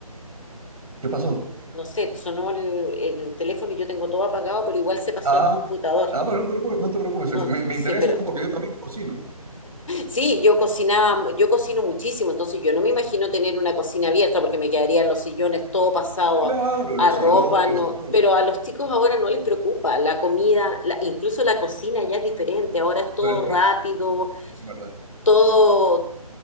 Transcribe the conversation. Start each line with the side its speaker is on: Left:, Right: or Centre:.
Right: ¿Qué pasó?
Left: no sé, sonó el, el teléfono y yo tengo todo apagado, pero igual se pasó
Right: Ah,
Left: al computador.
Right: ah, pero no te preocupes, no te preocupes, es-
Left: No,
Right: me, me
Left: sí,
Right: interesa
Left: pero
Right: porque yo también cocino.
Left: Sí, yo cocinaba, yo cocino muchísimo, entonces yo no me imagino tener una cocina abierta porque me quedarían los sillones todo pasado
Right: Claro,
Left: a, a
Right: los
Left: ropa,
Right: olores
Left: no,
Right: y todo,
Left: pero a los chicos ahora no les preocupa, la comida, la- incluso la cocina ya es diferente, ahora es todo
Right: pero es que,
Left: rápido,
Right: sí, en verdad,
Left: todo,